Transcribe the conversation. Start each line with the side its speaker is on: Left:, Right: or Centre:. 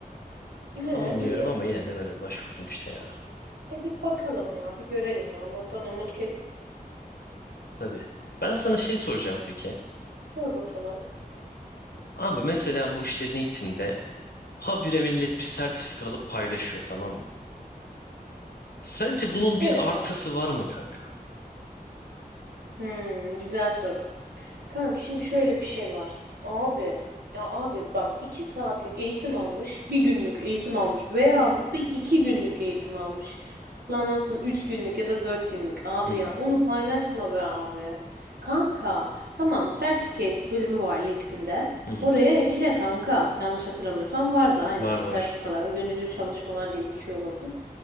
Right: He,
Left: Sanmıyorum
Right: iyi.
Left: ama yine de böyle bir başvurdum işte ya.
Right: E bir bakalım ya. Bir görelim ya. Allah'tan umut kesin.
Left: Tabii. Ben sana şey soracağım peki.
Right: Sor bakalım.
Left: Abi mesela bu işte LinkedIn'de Habire millet bir sertifika alıp paylaşıyor tamam mı? Sence bunun
Right: Evet
Left: bir artısı
Right: kanka.
Left: var mı kanka?
Right: Hmm, güzel soru. Kanka şimdi şöyle bir şey var. Abi ya abi bak iki saatlik eğitim almış, bir günlük eğitim almış veyahut da iki günlük eğitim almış. Lan olsun üç günlük ya da dört günlük abi
Left: Hı hı,
Right: ya onu paylaşma be abi. Kanka tamam Certificates bölümü var LinkedIn'de.
Left: hı hı.
Right: Oraya ekle kanka. Yanlış hatırlamıyorsam vardı aynen.
Left: Var var.
Right: Sertifikalar ve gönüllü çalışmalar diye geçiyor olabilir.